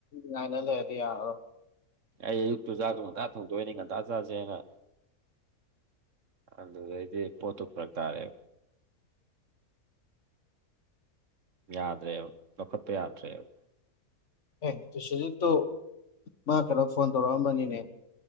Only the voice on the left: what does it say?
ꯉꯥꯏꯅ ꯂꯩꯔꯗꯤ ꯌꯥꯣ
ꯑꯦ ꯇꯨꯁꯤꯖꯤꯠꯇꯨ ꯃꯥ ꯀꯩꯅꯣ ꯐꯣꯟ ꯇꯧꯔꯛꯑꯝꯕꯅꯤꯅꯦ